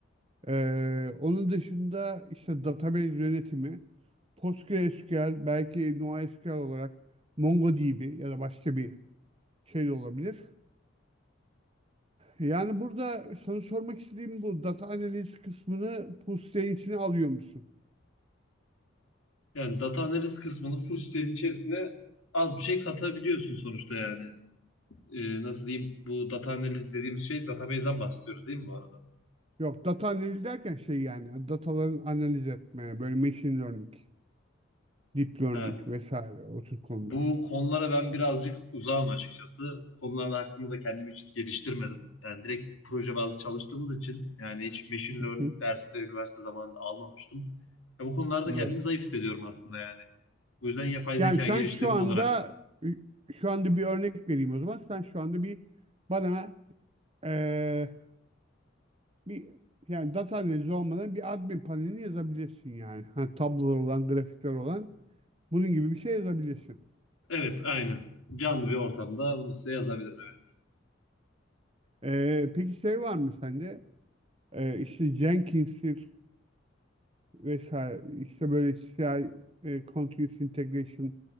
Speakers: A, on the right; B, on the left.
A: Eee, onun dışında işte database yönetimi, PostgreSQL, belki NoSQL olarak MongoDB ya da başka bir şey de olabilir. Yani burada sana sormak istediğim bu data analiz kısmını Pusley'in içine alıyor musun?
B: Yani data analiz kısmını full stack'in içerisine az bir şey katabiliyorsun sonuçta yani. e, nasıl diyeyim bu data analiz dediğimiz şey database'den bahsediyoruz değil mi bu arada?
A: Yok data analiz derken şey yani dataların analiz etmeye böyle machine learning, deep learning
B: Ha,
A: vesaire o tür konular.
B: bu konulara ben birazcık uzağım açıkçası. Bu Konular hakkında da kendimi hiç geliştirmedim. Yani direkt proje bazlı çalıştığımız için yani hiç machine
A: Hı
B: learning
A: hı.
B: dersi de üniversite zamanında almamıştım. Ya bu konularda
A: Evet.
B: kendimi zayıf hissediyorum aslında yani. Bu yüzden yapay
A: Yani
B: zeka
A: sen
B: geliştirme
A: şu anda
B: olarak da.
A: şu anda bir örnek vereyim o zaman. Sen şu anda bir bana eee, bir yani data analizi olmadan bir admin panelini yazabilirsin yani. Hani tablolar olan, grafikler olan bunun gibi bir şey yazabilirsin.
B: Evet, aynen. Canlı bir ortamda bunu size yazabilirim evet.
A: Ee, peki şey var mı sende? Ee, işte Jenkins'tir vesaire işte böyle CI e, Continuous Integration